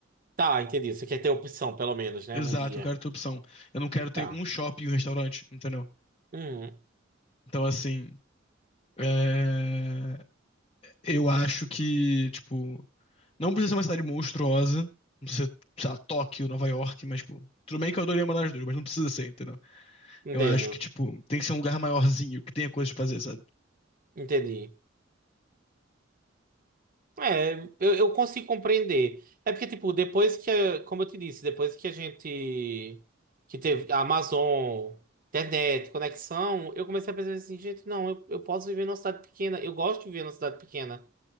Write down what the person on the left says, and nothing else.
Exato,
eu quero ter opção. Eu não quero ter
um shopping e um restaurante, entendeu?
Então, assim, é... eu acho que, tipo, não precisa ser uma cidade monstruosa. Não precisa ser, sei lá, Tóquio, Nova York, mas, tipo, tudo bem que eu adoraria morar nas duas, mas não precisa ser, entendeu?
Eu acho que, tipo, tem que ser um lugar maiorzinho, que tenha coisa pra fazer, sabe?